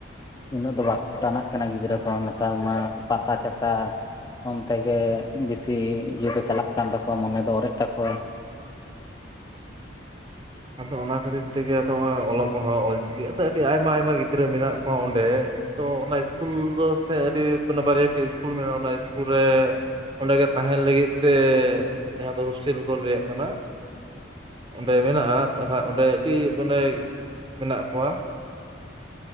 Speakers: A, on the left; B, on the right.
A: ᱩᱱᱟᱹᱜ ᱫᱚ ᱵᱟᱠᱚ ᱴᱟᱱᱟᱜ ᱠᱟᱱᱟ ᱜᱤᱫᱽᱨᱟᱹ ᱠᱚ ᱱᱮᱛᱟᱨ ᱢᱟ ᱯᱟᱛᱟ ᱪᱷᱟᱛᱟ ᱚᱱᱛᱮ ᱜᱮ ᱵᱤᱥᱤ ᱤᱭᱟᱹ ᱫᱚ ᱪᱟᱞᱟᱜ ᱠᱟᱱ ᱛᱟᱠᱚᱣᱟ ᱢᱚᱱᱮ ᱫᱚ ᱚᱨᱮᱡ ᱛᱟᱠᱚᱣᱟ
B: ᱟᱫᱚ ᱚᱱᱟ ᱠᱷᱟᱹᱛᱤᱨ ᱛᱮᱜᱮ ᱟᱫᱚ ᱱᱚᱜ ᱚᱚᱭ ᱚᱞᱚᱜ ᱯᱟᱲᱦᱟᱣ ᱚᱞᱪᱤᱠᱤ ᱟᱫᱚ ᱟᱹᱰᱤ ᱟᱭᱢᱟ ᱟᱭᱢᱟ ᱜᱤᱫᱽᱨᱟᱹ ᱢᱮᱱᱟᱜ ᱠᱚᱣᱟ ᱚᱸᱰᱮ ᱛᱚ ᱚᱱᱟ ᱤᱥᱠᱩᱞ ᱫᱚ ᱥᱮ ᱟᱹᱰᱤᱮ ᱵᱟᱨᱭᱟ ᱯᱮᱭᱟ ᱥᱤᱥᱠᱩᱞ ᱢᱮᱱᱟᱜᱼᱟ ᱚᱱᱟ ᱤᱥᱠᱩᱞ ᱨᱮ ᱚᱸᱰᱮᱜ ᱛᱟᱦᱮᱱ ᱞᱟᱹᱜᱤᱫ ᱛᱮ ᱡᱟᱦᱟᱸ ᱫᱚ ᱦᱳᱥᱴᱮᱞ ᱠᱚ ᱞᱭᱟᱜ ᱠᱟᱱᱟ ᱚᱸᱰᱮ ᱢᱮᱱᱟᱜᱼᱟ ᱛᱟᱦᱚᱞᱮ ᱚᱸᱰᱮ ᱟᱹᱰᱤ ᱵᱰᱮ ᱢᱮᱱᱟᱜ ᱠᱚᱣᱟ